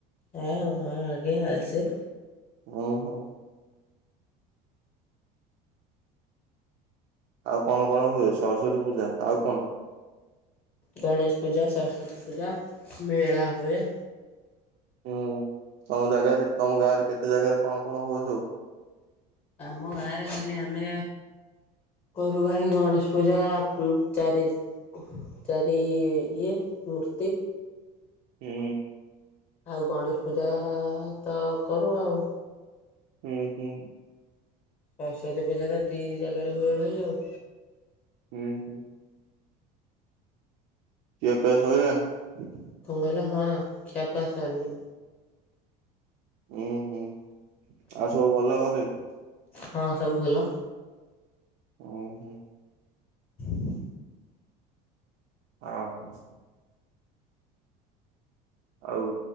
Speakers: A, on the left; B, on the right.
A: ହଁ ହଁ ଆଗେ ଆସେ।
B: ଓ ହୋ। ଆଉ କଣ କଣ ହୁଏ ସରସ୍ଵତୀ ପୂଜା ଆଉ କଣ?
A: ଗଣେଶ ପୂଜା, ସରସ୍ଵତୀ ପୂଜା, ମେଳା ହୁଏ।
B: ହୁଁ ତମ ଜାଗାରେ ତମ ଗାଁରେ କେତେ ଜାଗାରେ କଣ କଣ ହୁଏ ସବୁ?
A: ଆମ ଗାଁରେ ଖାଲି ଆମେ କରୁ ଭାଇ ଗଣେଶ ପୂଜା ଚାରି ଚାରି ଇଏ ମୂର୍ତ୍ତି।
B: ହୁଁ।
A: ଆଉ ଗଣେଶ ପୂଜା ଆ-ଆ -ତ କରୁ ଆଉ।
B: ହୁଁ ହୁଁ।
A: ସରସ୍ଵତୀ ପୂଜା ତ ଦି ଜାଗାରେ ହୁଏ ଭାଇ ଆଉ।
B: ହୁଁ ହୁଁ। କିଆ ପିଆ ସଇଲାଣି।
A: କଣ ଙ୍ଗଇଲ ହଁ ଖିଆପିଆ ସରିନି।
B: ଉୁଁ ହୁଁ। ଆଉ ସବୁ ଭଲ ଗ ରେ
A: ହଁ ସବୁ ଭଲ।
B: ଉଁ ହୁଁ।
A: ହ
B: ଅଁ ହଁ। ଆଉ